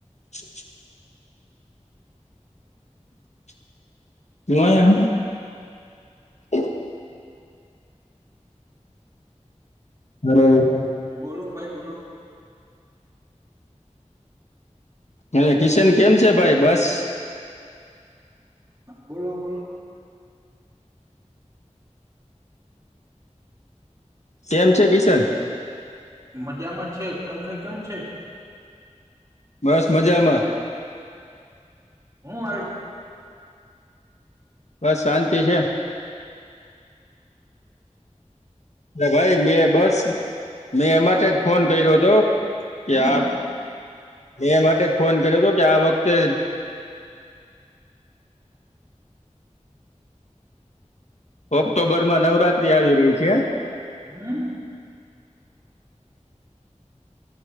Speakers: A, on the left; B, on the right.
A: <inaudible> <unintelligible> <inaudible> <unintelligible>
B: બોલો ભાઈ બોલો
A: હે કિશન કેમ છે ભાઈ બસ
B: બોલો બોલો
A: કેમ છે કિશન
B: મજામાં છે તમને કેમ છે?
A: બસ મજામાં
B: હું હાલે
A: બસ શાંતિ છે. મોટા ભાઈ મેં બસ મેં એ માટે જ ફોન કર્યો હતો
B: હમ
A: કે આબ મે એ માટે જ ફોન કર્યો હતો કે આ વખતે ઓક્ટોબર માં નવરાત્રી આવી રહી છે.
B: હમ્મ